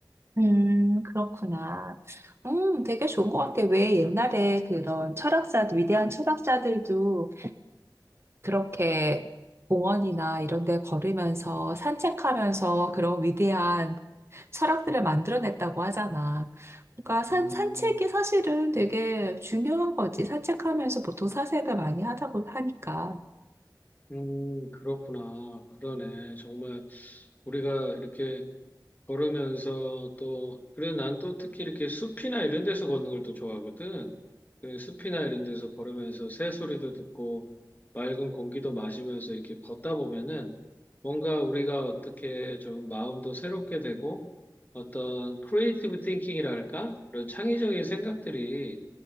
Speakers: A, on the right; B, on the left.
A: 음, 그렇구나. 음, 되게 좋은 것 같아. 왜 옛날에 그런 철학자들, 위대한 철학자들도 그렇게 공원이나 이런 데 걸으면서 산책하면서 그런 위대한 철학들을 만들어냈다고 하잖아. 그러니까 산,
B: 음,
A: 산책이 사실은 되게 중요한 거지. 산책하면서 보통 사색을 많이 하다 보니까.
B: 음, 그렇구나. 그러네. 정말 우리가 이렇게 걸으면서 또, 그래서 난 또 특히 이렇게 숲이나 이런 데서 걷는 걸 또 좋아하거든. 그래서 숲이나 이런 데서 걸으면서 새소리도 듣고 맑은 공기도 마시면서 이렇게 걷다 보면은 뭔가 우리가 어떻게 좀 마음도 새롭게 되고 어떤 크리에이티브 띵킹이랄까? 그런 창의적인 생각들이